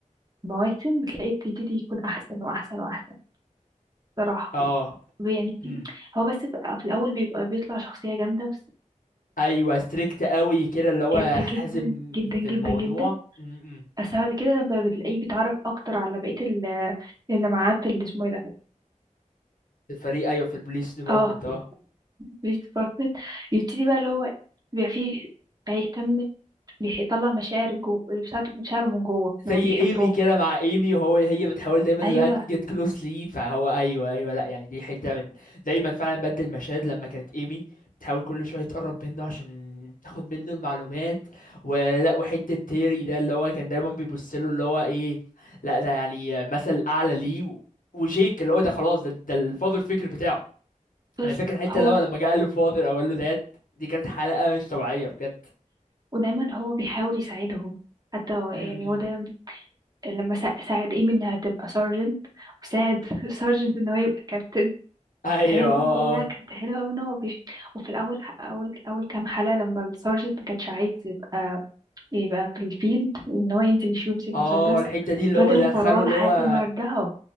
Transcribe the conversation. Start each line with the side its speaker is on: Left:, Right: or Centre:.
Right: مواسم بتلاقيه بيبتدي يكون أحسن وأحسن وأحسن صراحة
Left: اه
Right: يعني بتيجي-
Left: مم.
Right: هو بس بقى في الأول بيبقى بيطلع شخصية جامدة
Left: ايوه ستريكت قوي كده اللي هو
Right: جادة
Left: حازم
Right: جدا جدا جدا
Left: في الموضوع
Right: جدا
Left: مم. مم.
Right: بس بعد كده لما بتلاقيه بيتعرف اكتر على بقية ال- اللي معاه في اللي اسمه ايه ده
Left: في الفريق ايوه في البوليس ديبارتمنت
Right: اه
Left: اه
Right: بوليس ديبارتمنت يبتدي بقى اللي هو بيبقى فيه بيهتم بيح- يطلع مشاعر جوه اللي بتاعته مشاعره من جوه
Left: زي
Right: ان هو بيحبهم
Left: ايمي كده مع ايمي وهو هي بتحاول دايما لا
Right: ايوه
Left: تجيت كلوز لي فهو ايوه ايوه لا يعني دي حته من دايما فعلا بدل المشاهد لما كانت ايمي بتحاول كل شويه تقرب منه عشان تاخد منه المعلومات ولا وحته تيري ده اللي هو كان دايما بيبص له اللي هو ايه لا ده يعني مثل اعلى ليه و- وجيك اللي هو ده خلاص ده ده الفاذر فيجر بتاعه
Right: بس
Left: انا فاكر الحته
Right: هو
Left: اللي هو لما جه قال له فاذر او قال له داد دي كانت حلقه مش طبيعيه بجد
Right: ودايما هو بيحاول يساعدهم حتى هو- يعني
Left: م-
Right: هو دايما
Left: م.
Right: لما سا- ساعد ايمي انها تبقى سارجنت وساعد <laughs> سارجنت ان هو يبقى كابتن
Left: ايوه
Right: الحاجات
Left: اه
Right: دي كلها
Left: اه
Right: كانت حلوة أوي إن هو بيش... وفي الأول أول أول كام حلقة لما السارجنت ما كانش عايز يبقى يبقى في الفيلد إن هو ينزل يشوف يمسك
Left: اه
Right: مسدس
Left: الحته دي اللي
Right: فضل
Left: هو دخله
Right: وراه لحد
Left: اللي هو
Right: ما رجعه